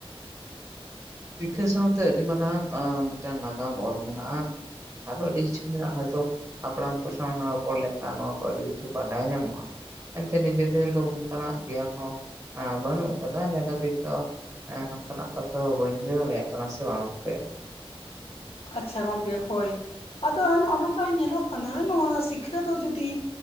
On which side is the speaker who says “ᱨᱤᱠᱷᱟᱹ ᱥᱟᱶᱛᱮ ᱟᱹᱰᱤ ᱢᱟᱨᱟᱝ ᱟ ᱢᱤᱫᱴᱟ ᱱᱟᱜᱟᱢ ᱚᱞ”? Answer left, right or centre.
Right